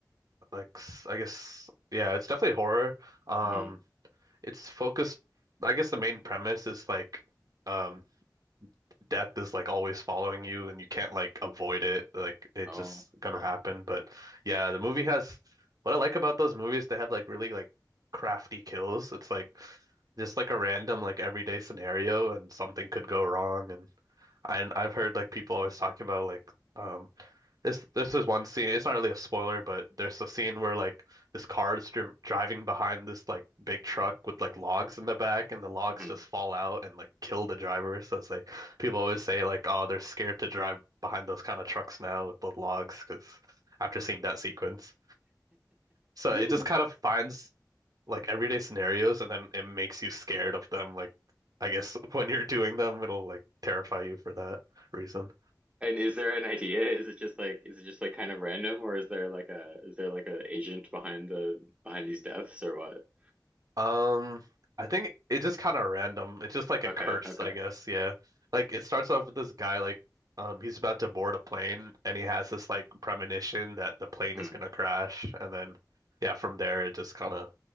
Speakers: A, on the right; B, on the right.
A: like s- I guess yeah, it's definitely horror. Um,
B: hmm
A: it's focused. I guess the main premise is like um death is like always following you and you can't like avoid it. Like it's
B: Oh.
A: just gonna happen. But yeah, the movie has what I like about those movies, they have like really like crafty kills. It's like just like a random like everyday scenario and something could go wrong and I I've heard like people always talking about like um this this is one scene. It's not really a spoiler, but there's a scene where like this car is dri driving behind this like big truck with like logs in the back, and the logs
B: hmm
A: just fall out and like kill the driver. So it's like people always say like, oh, they're scared to drive behind those kind of trucks now with the logs, because after seeing that sequence, so
B: <laughs>
A: it just kind of finds like everyday scenarios, and then it makes you scared of them. Like I guess <laughs> when you're doing them, it'll like terrify you for that reason.
B: And is there an idea? Is it just like is it just like kind of random or is there like a is there like a agent behind the behind these deaths or what?
A: Um, I think it just kind of random. It's just like
B: Okay,
A: a curse,
B: okay.
A: I guess. Yeah. Like it starts off with this guy like um he's about to board a plane and he has this like premonition that the plane
B: Hmm.
A: is gonna crash and then yeah, from there it just kind of